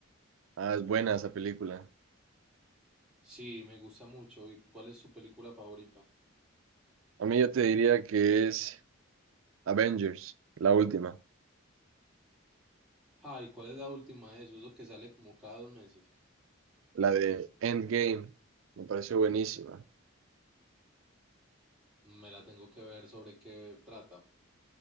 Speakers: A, on the right; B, in the centre.
A: Ah, es buena esa película.
B: Sí, me gusta mucho. ¿Y cuál es su película favorita?
A: A mí yo te diría que es Avengers, la última,
B: Ah, ¿y cuál es la última de esos? Eso que sale como cada dos meses.
A: la de Endgame. Me pareció buenísima.
B: Me la tengo que ver sobre qué trata.